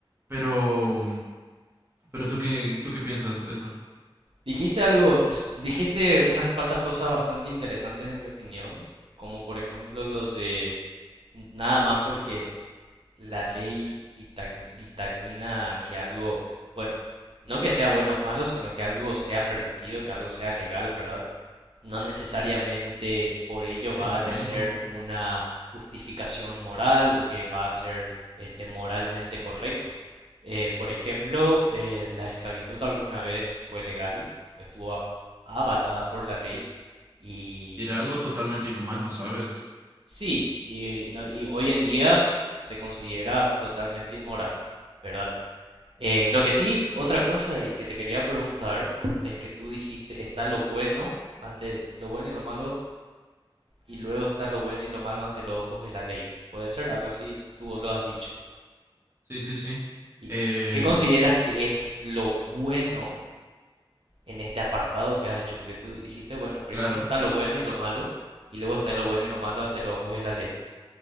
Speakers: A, on the right; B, on the right.
A: Pero, pero ¿tú qué, tú qué piensas de eso?
B: Dijiste algo, dijiste unas cuantas cosas bastante interesantes en mi opinión, como por ejemplo lo de nada más porque la ley dictami- dictamina que algo, bueno, no que sea bueno o malo, sino que algo sea permitido, que algo sea legal, ¿verdad? No necesariamente por ello va
A: Es bueno.
B: a tener una justificación moral o que va a ser este, moralmente correcto. Eh, por ejemplo, eh, la esclavitud alguna vez fue legal, estuvo a- avalada por la ley y
A: Y era algo totalmente inhumano, ¿sabes?
B: Sí, y, no- y hoy en día se considera totalmente inmoral, ¿verdad? Eh, lo que sí, otra cosa y que te quería preguntar es que tú dijiste está lo bueno ante lo bueno y lo malo y luego está lo bueno y lo malo ante los ojos de la ley. Puede ser algo así, tú lo has dicho.
A: Sí, sí, sí.
B: ¿Y
A: Eh,
B: qué consideras que es lo bueno en este apartado que has hecho? Porque tú dijiste, bueno, primero
A: claro.
B: está lo bueno y lo malo y luego está lo bueno y lo malo ante los ojos de la ley.